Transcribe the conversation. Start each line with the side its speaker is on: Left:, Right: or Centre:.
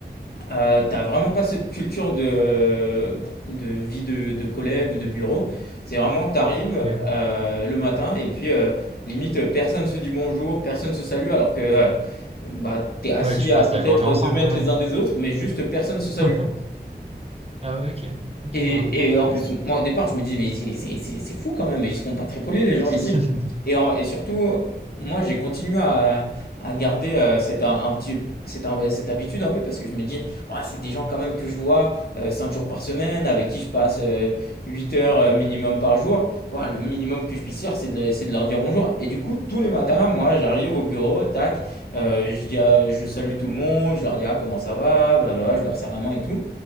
Left: euh, t'as vraiment pas cette culture de, de vie de, de collègue ou de bureau. C'est vraiment, t'arrives
Right: Ok.
Left: euh, le matin et puis euh, limite personne se dit bonjour, personne se salue alors que euh, bah, t'es assis
Right: Ouais, tu
Left: à
Right: passes
Left: peut-être
Right: la journée ensemble
Left: deux mètres
Right: quand même
Left: les uns
Right: quoi.
Left: des autres, mais juste personne se salue.
Right: <laughs> Ah ouais, ok. Ok,
Left: Et
Right: ouais, un peu particulier
Left: et en plus,
Right: ça.
Left: moi, au départ, je me dis: «Mais c'est c'est c'est c'est fou quand même, ils seront pas très polis les
Right: <laughs>
Left: gens ici» et en et surtout, moi, j'ai continué à à garder, heu, cette un un petit cette un cette habitude un peu parce que je me dis: «Oh, c'est des gens quand même que je vois, euh, 5 jours par semaine, avec qui je passe, euh, 8 heures, heu, minimum par jour. Ouah, le minimum que je puisse faire, c'est de c'est de leur dire bonjour» et du coup, tous les matins, moi, j'arrive au bureau, tac, heu, je dis à je salue tout le monde, je leur dis: «Ah, comment ça va?» blablabla, je leur serre la main et tout